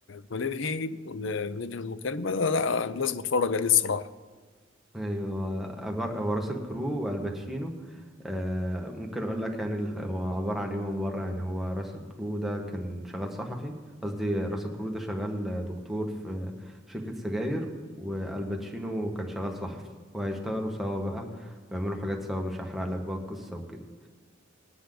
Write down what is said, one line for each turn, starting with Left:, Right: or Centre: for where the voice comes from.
Left: ما ننهي ون- ننهي المكالمه لا, لا لازم اتفرج عليه الصراحه
Centre: ايوه عبارة هو راس الكرو والباتشينو آه ممكن اقول لك يعني ال- هو عبارة عن ايه من بره يعني هو راس الكرو ده كان شغال صحفي قصدي راس الكرو ده شغال دكتور في شركة سجاير والباتشينو كان شغال صحفي وهيشتغلوا سوا بقى ويعملوا حاجات سوا مش هحرق لك بقى القصة وكده